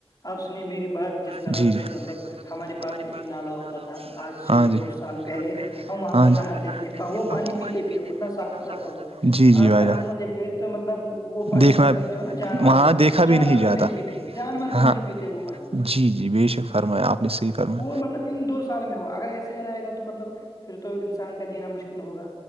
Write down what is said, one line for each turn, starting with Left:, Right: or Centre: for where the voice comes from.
Left: آپ سنیے میری بات جس طرح
Right: جی جی
Left: سے
Right: ہمارے
Left: مطلب میں ایک
Right: پاس
Left: نالا
Right: ن ہوتا تھا
Left: آج سے
Right: ہاں جی
Left: دو
Right: ہلےاں
Left: سال پہلے ہم وہاں پر نہاتے
Right: جیات
Left: تھے پا- وہ
Right: تھ
Left: پانی پیتے
Right: وہیتے
Left: تھے اتنا
Right: تھ
Left: صاف ہوتا تھا وہ
Right: جی جی
Left: آج
Right: بھائی
Left: کل
Right: جہ
Left: ہم وہ دیکھتے ہیں تو مطلب وہ پانی
Right: دیکھنا
Left: مطلب جو ہے نا جانور
Right: وہاں دیکھ بھی
Left: جانور
Right: نہیں جاتا
Left: پیتے جانور
Right: ہاں
Left: بھی نہیں پیتے وہ پانی
Right: جی جی بے شک فرمایا آپ اپنی صحیح فم ہے
Left: وہ مطلب ان دو سال میں ہو اگر ایسے رہے گا تو مطلب پھر تو انسان کا جینا مشکل ہوگا